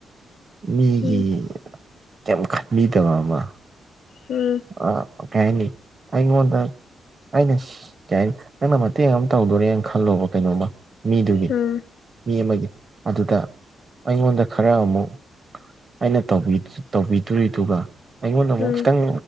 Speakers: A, on the right; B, on the left.
A: ꯃꯤꯒꯤ
B: ꯎꯝ
A: ꯀꯩ ꯈꯟꯕꯤꯗꯕ ꯑꯃ
B: ꯎꯝ
A: ꯑ ꯑꯣ ꯀꯩ ꯍꯥꯏꯅꯤ ꯑꯩꯉꯣꯟꯗ ꯑꯩꯅ ꯀꯩ ꯍꯥꯏꯅꯤ ꯅꯪꯅ ꯃꯇꯦꯡ ꯑꯃ ꯇꯧꯗꯣꯔꯦꯅ ꯈꯜꯂꯣꯕ ꯀꯩꯅꯣꯝꯃ ꯃꯤꯗꯨꯒꯤ
B: ꯎꯝ ꯎꯝ
A: ꯃꯤ ꯑꯃꯒꯤ ꯑꯗꯨꯗ ꯑꯩꯉꯣꯟꯗ ꯈꯔ ꯑꯃꯨꯛ ꯑꯩꯅ ꯇꯧꯕꯤꯗꯣꯔꯤꯗꯨꯒ ꯑꯩꯉꯣꯟꯗ ꯑꯃꯨꯛ
B: ꯎꯝ ꯎꯝ
A: ꯈꯤꯇꯪ